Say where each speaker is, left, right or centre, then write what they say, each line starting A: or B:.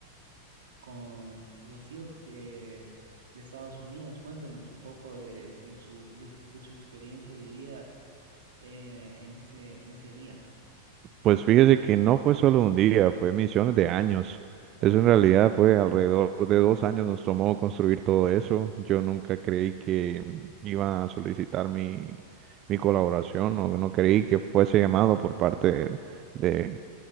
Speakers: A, on the right (about 80°); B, on the right (about 40°).
A: con los SEALs de, de Estados Unidos. Cuéntenos un poco de, de su, de su, de su experiencia vivida eh, en ese, en ese día.
B: pues fíjese que no fue solo un día, fue misiones de años.
A: Ok.
B: Eso en realidad fue alrededor de dos años
A: Mm.
B: nos tomó construir todo eso. Yo nunca creí que mm, iba a solicitar mi, mi colaboración, o no creí que fuese llamado por parte de,